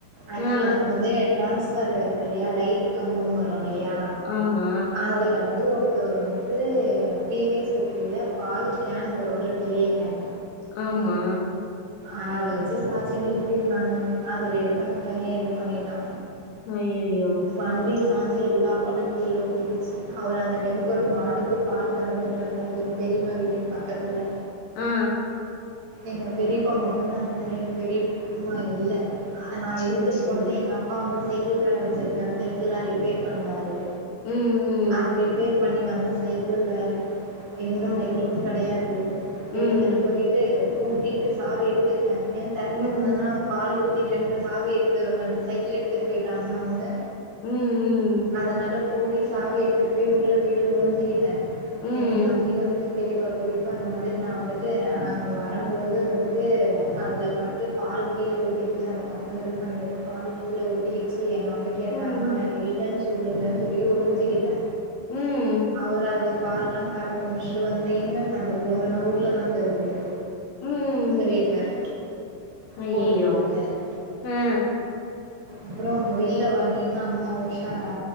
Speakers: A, on the right (about 60°); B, on the left (about 75°).
A: ஆக்சுவலா
B: ஆ
A: இது வந்து ட்ரன்ஸ்பர் இருக்கு இல்லயா லைட்டு கம்பம் வரு இல்லயா
B: ஆமா
A: அதுல இருந்து ஒருத்தவரு வந்து து டி வி யஸ் பிஃப்டில பால் கேன் வருல்ல பெரிய கேன்
B: ஆமா
A: அத வச்சு சாச்சு நிறுத்திருந்காங்க அதுல எடுத்து அந்த பைய இது பண்ணிட்டா
B: அய்யயோ
A: வண்டி சாஞ்சு எல்லா பாலு கீழ ஊத்திகிச்சு அவர் அந்த டைமுக்கு ஒரு மாடுக்கு பால் கறந்துட்டு இருக்காரு எங்க பெரியம்மா வீட்டுக்கு பக்கத்துல
B: ஆ
A: எங்க பெரியப்பா மட்டுதா இருந்தாரு எங்க பெரியம்மா இல்ல அ நா
B: சேரி
A: எடுத்துட்டு
B: சேரி
A: போனதே எங்க அம் அப்பா வந்து சைக்கிள் கட வச்சிருக்காரு சைக்கிள்லா ரிப்பேர் பண்ணுவாரு
B: ம் ம்
A: அது ரிப்பேர் பண்ணி வந்த சைக்கிள் வேற எங்க
B: ஓகே
A: சைக்கிளும்
B: ஓகே
A: கடையாது
B: ம்
A: எடுத்துட்டு போயி ட்டு ஊத்திட்டு சாவி எடுத்துக்குட்டே ஏன் தறந்துருந்தன்னா
B: ம்
A: பால் ஊத்திட்டேன்டு சாவி எடுத்து வன் சைக்கிள் எடுத்துன்னு போயிட்டாங்கன்னா அவங்க
B: ம் ம்
A: அதனால பூட்டி சாவி எடுத்துட்டு போய் உள்ள போயிட்டு ஒளிஞ்சிக்கிட்டே
B: ம்
A: இந்த மாதிரி வந்து பெரியப்பா பெரியப்பா இந்த மாதிரி நா வந்துட்டு அங்க வரம்போது வந்துட்டு அதுல பட்டு பால் கீழ ஊத்திக்கிச்சு அந்த பசங்க இது பண்ணிட்டு பால் கீழ ஊத்திக்கிச்சு ஏன்னா கேட்டாங்கன்னா
B: ம்
A: நா இல்லன்னு சொல்லுங்கன்னு சொல்லி ஒளிஞ்சுகிட்டே
B: ம்
A: அவர் அது பால்லா கறந்து முடிச்சுட்டு வந்து எங்கங்க அந்த பொண்ணுன்னா உள்ளதாங்க இருக்குது
B: ம்
A: சொல்லிட்டாரு
B: அய்யய்யோ
A: போட்டு குடுத்துட்டாரு
B: ஆ
A: அப்புறோ அவங்க வெள்ல்ல வா நீ இன்னா அம்மா உஷாரா